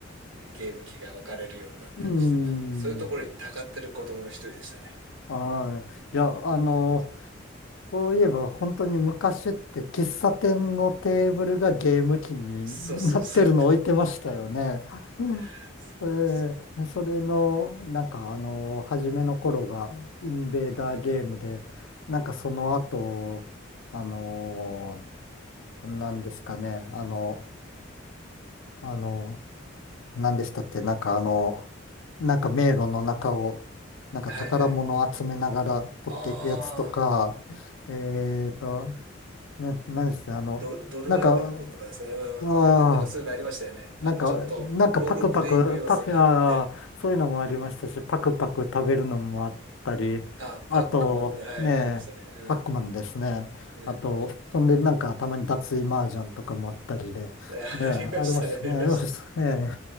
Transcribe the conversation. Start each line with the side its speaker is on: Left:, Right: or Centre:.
Right: ゲーム機が置かれるようになったりして、
Left: うん。
Right: まあ、そういうところにたかってる子供の一人でしたね。
Left: はい。いや、あの、そういえば本当に昔って喫茶店のテーブルがゲーム機になってるの置いてましたよね。
Right: そうそうそう。
Left: うん
Right: <laughs> そうそ
Left: えーそれの、なんかあの、初めの頃がインベーダーゲームで、
Right: う。うん。
Left: なんかその後、あのーなんですかね、あの、あの、なんでしたっけ、なんかあの、なんか迷路の中を、なんか宝物を集めながら取っていくやつとか、
Right: はいはい。ああ、
Left: えーと、な、何して、あの、
Right: ド、ドルアーガの塔とかですかね。
Left: なんか、
Right: うん。
Left: ああ、
Right: なんかそういうのありましたよね。
Left: なんか、
Right: あの、ちょっとロールプレイング要素があるみたいな。
Left: なんかパクパク、パク、ああ、そういうのもありましたし、パクパク食べるのもあったり、
Right: ああ、パックマンね。
Left: あと、
Right: はい、
Left: ねえ、
Right: ありましたね。うん。
Left: パックマンですね。
Right: うん。
Left: あと、そんで、なんか、たまに脱衣麻雀とかもあったりで、
Right: <laughs> あありましたね、
Left: ねえ、ありましたね、
Right: ありました。
Left: ありましたね。